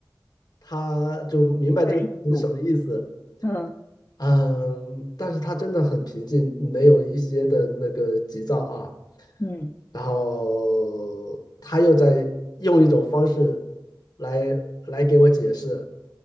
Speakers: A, on the left; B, on the left.
A: 他就明白这个是什么意思。
B: 的艺术，嗯，
A: 嗯，但是他真的很平静，没有一些的那个急躁啊。
B: 嗯
A: 然后他又在用一种方式来来给我解释。